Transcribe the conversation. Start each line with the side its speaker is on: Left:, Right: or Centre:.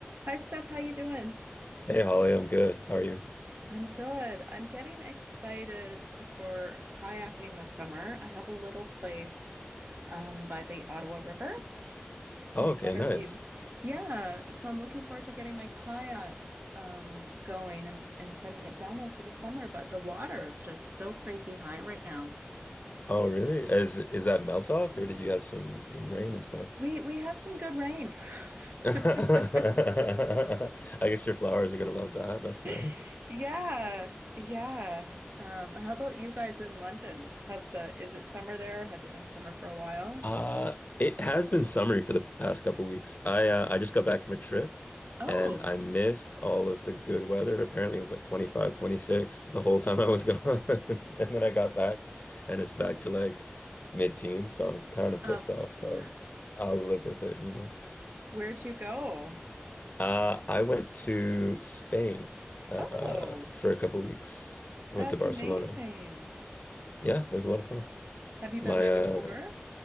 Right: Hi Steph, how you doing?
Left: Hey Holly, I'm good. How are you?
Right: I'm good. I'm getting excited for kayaking this summer. I have a little place um, by the Ottawa River, some
Left: Oh, okay,
Right: water
Left: nice.
Right: view. Yeah, so I'm looking forward to getting my kayak um, going and, and setting it down there for the summer. But the water is just so crazy high right now.
Left: Oh, really? Is is that melt off or did you have some some rain and stuff?
Right: We we had some good rain.
Left: <laughs> I
Right: <laughs>
Left: guess your flowers are gonna love that. That's
Right: <laughs>
Left: nice.
Right: Yeah, yeah. Um, how about you guys in London? Has the is it summer there? Has it been summer for a while?
Left: Uh, it has been summery for the past couple weeks. I uh, I just got back from a trip
Right: Oh,
Left: and I missed all of the good weather. Apparently it was like 25, 26 the whole time I was gone. <laughs> And then I got back and it's back to like mid-teens, so I'm kind of
Right: of
Left: pissed off,
Right: course.
Left: but I'll live with it, you know.
Right: Where'd you go?
Left: Uh, I went to Spain uh,
Right: Oh,
Left: for a couple weeks. I
Right: that's
Left: went to Barcelona.
Right: amazing.
Left: Yeah, it was a lot of fun.
Right: Have you been
Left: My
Right: there
Left: uh,
Right: before?